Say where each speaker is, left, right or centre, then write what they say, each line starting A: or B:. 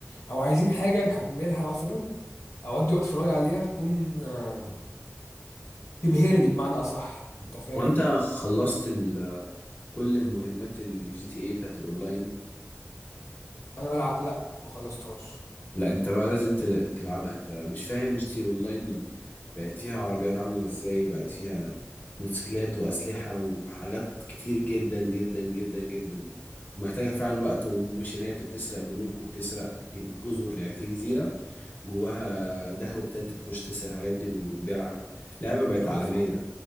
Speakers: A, on the left (about 80°); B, on the left (about 35°).
A: او عايزين حاجه نحملها مثلا اودي وقت فراغي عليها تكون آه، تبهرني بمعنى اصح انت فاهم
B: وانت خلصت ال... كل مهمات الجي تي اي بتاعت الاونلاين
A: انا ملع... لا ما خلصتهاش
B: لا انت بقى لازم ت- تلعبها انت مش فاهم جي تي اونلاين دل... بقت فيها عربيات عاملة ازاي وبقت فيها موتوسيكلات وأسلحة وحاجات كتير جدا جدا جدا جدا ومحتاجة فعلا وقت وميشنات وبتسرق بنوك وبتسرق جزر يعني في جزيرة جواها دهب وبتاع انت تخش تسرق الحاجات دي وتبيعها لعبة بقت
A: تحفه
B: عالمية